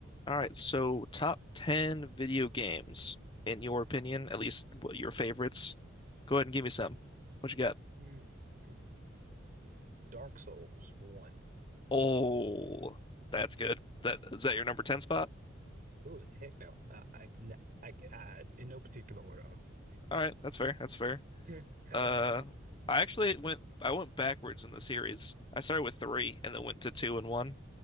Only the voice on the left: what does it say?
All right, so top 10 video games, in your opinion, at least what your favorites. Go ahead and give me some. What you got?
Oh, that's good. That is that your number 10 spot?
All right, that's fair. That's fair.
Uh,
I actually went I went backwards in the series. I started with 3 and then went to 2 and 1,